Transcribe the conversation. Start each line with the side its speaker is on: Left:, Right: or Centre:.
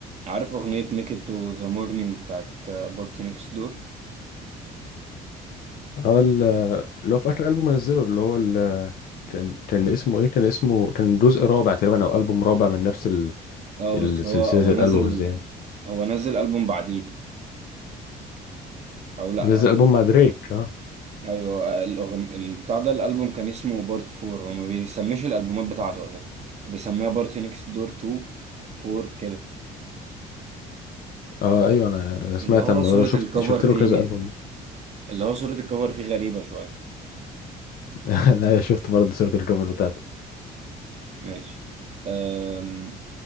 Right: عارف أغنية ميك إت تو ذا مورنينج بتاعت بارتي نيكست دور
Left: هو ال- اللي هو في اخر البوم نزله اللي هو ال... كان كان اسمه ايه كان اسمه كان جزء رابع تقريبا او البوم رابع من نفس ال...
Right: اه
Left: ال-
Right: بس هو
Left: سلسله
Right: هو نزل
Left: الالبومز دي يعني
Right: هو نزل ألبوم بعديه أو لأ
Left: نزل البوم مع دريك اه
Right: أيوه الأغن البتاع ده الألبوم كان اسمه بارت فور هو ما بيسميش الألبومات بتاعته أساسا بيسميها بارتي نيكست دور تو فور كده
Left: اه ايوه انا أنا سمعت
Right: اللي هو
Left: عن الموضوع
Right: صورة
Left: ده شفت
Right: الكفر
Left: شفت
Right: فيه
Left: له كذا البوم
Right: اللي هو صورة الكفر فيه غريبة شوية
Left: <laughs> انا شفت برضه صورة الكفر بتاعته
Right: ماشي أم...